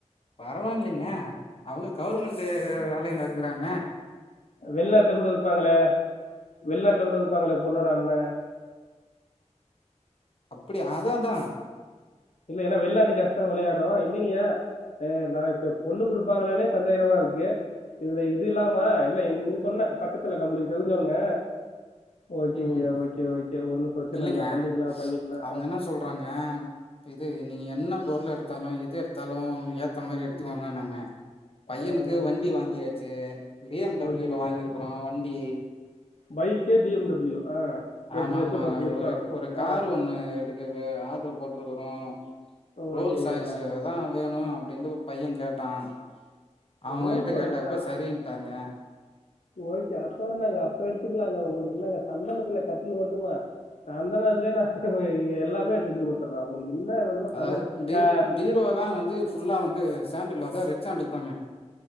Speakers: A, on the left; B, on the left.
A: பரவாயில்லைங்க அவங்க கவுர்மெண்ட்டு வேலையில இருக்கறாங்க <inaudible>
B: வெளிநாட்டுல கூட இருப்பாங்களே வெள்நாட்டுல கூட இருப்பாங்களே பொண்ணோட அண்ணன்
A: அப்டி அதாதான்
B: இல்ல ஏனா வெளிநாட்டு காசு தா விளையாடும் இல்லிங்கயா நா இப்ப பொண்ணு குடுப்பாங்களானே சந்தேகமா இருக்கு இதுல இது இல்லாமா இல்ல இங்க சொன்ன பக்கத்துல நம்மளுக்கு தெரிஞ்சவங்க ஓகேங்கயா
A: ம்
B: ஓகே ஓகே ஒண்ணு பிரச்சன
A: இல்லைங்க
B: இல்ல பண்ணிக்கலா பண்ணிக்கலா
A: அவங்க என்ன சொல்றாங்க இது நீங்க என்ன பொருள் எடுத்தாலு <unintelligible> த்தாலு உங்களுக்கு ஏத்த மாரி எடுத்துக்கோங்க
B: ம்,
A: நாங்க பையனுக்கு
B: அஹ்,
A: வண்டி வாங்கியாச்சு பிஎம்டபிள்யூல
B: ஓகேங்கய்யா
A: வாங்கியிருக்கிறோ வண்டி
B: பைக்கே பிஎம்டபிள்யூ ஆ எட்டு
A: ஆமா
B: லட்சம்
A: ஆமாங்க
B: பத்து லட்சம்
A: ஒரு ஒரு கார்
B: ஆ
A: ஒண்ணு எடுக்கது ஆர்டர் போட்டிருக்கறோம் ரோல்ஸ்
B: ஓகேங்கய்யா
A: ராய்ஸ் தான் வேணும் அப்டின்ட்டு பையன் கேட்டான் அவங்க
B: ரோல்ஸ்
A: கிட்ட கேட்டப்ப
B: ராயல்ஸா
A: சரின்னுட்டாங்க
B: ஓகே அப்ப வ நாங்க அப்ப எடுத்துக்கலாங்க உங்களுக்கு என்னங்க சந்தனத்துல கட்டில மட்டுமா சந்தனத்துலயே நான் எல்லாமே செஞ்சு கொடுத்துறேன் உங்களுக்கு என்ன வேணுமோ
A: அதாவது
B: சந்த
A: பி
B: க
A: பீரோல்லாம் வந்து ஃபுல்லா வந்து சாண்டிலா அத ரெச்சாண்டல்ந்தாங்க